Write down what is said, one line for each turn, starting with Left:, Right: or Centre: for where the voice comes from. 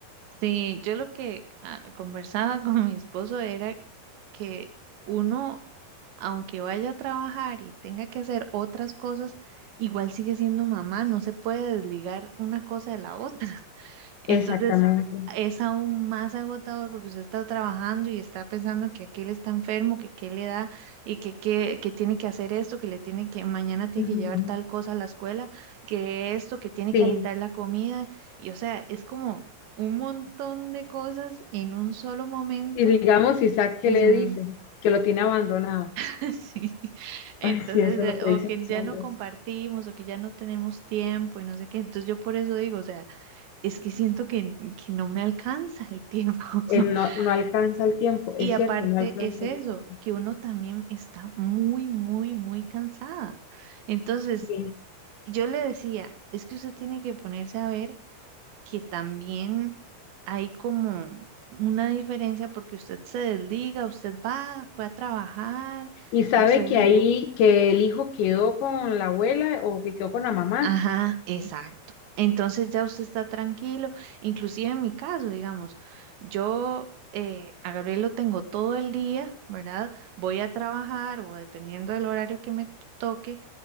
Right: Sí, yo lo que ah, conversaba <laughs> con mi esposo era que uno, aunque vaya a trabajar y tenga que hacer otras cosas, igual sigue siendo mamá, no se puede desligar una cosa de la otra. Entonces
Left: Exactamente.
Right: es aún más agotador porque usted está trabajando y está pensando que aquel está enfermo, que qué le da y que, qué- que tiene que hacer esto, que le tiene que, mañana tiene
Left: Ujú.
Right: que llevar tal cosa a la escuela, que esto, que tiene
Left: Sí.
Right: que alistar la comida. Y o sea, es como un montón de cosas en un solo momento.
Left: Y digamos, Isaac, ¿qué
Right: Ujú.
Left: le dice? Que lo tiene abandonado.
Right: <laughs> Sí. Entonces,
Left: Ay, sí, eso
Right: eh,
Left: es lo que
Right: o
Left: dicen
Right: que
Left: los
Right: ya
Left: hombres.
Right: no compartimos, o que ya no tenemos tiempo y no sé qué. Entonces yo por eso digo, o sea. Es que siento que, que no me alcanza el tiempo. <laughs>
Left: Él no, no alcanza el tiempo,
Right: Y
Left: es
Right: aparte
Left: cierto, no alcanza
Right: es eso,
Left: el tiempo.
Right: que uno también está muy, muy, muy cansada. Entonces,
Left: Sí.
Right: yo le decía, es que usted tiene que ponerse a ver que también hay como una diferencia porque usted se desliga, usted va, fue a trabajar,
Left: Y sabe
Right: usted
Left: que ahí, que el hijo quedó con la abuela o que quedó con la mamá.
Right: Ajá, exacto. Entonces ya usted está tranquilo, inclusive en mi caso, digamos, yo eh, a Gabriel lo tengo todo el día, ¿verdad? Voy a trabajar o dependiendo del horario que me toque,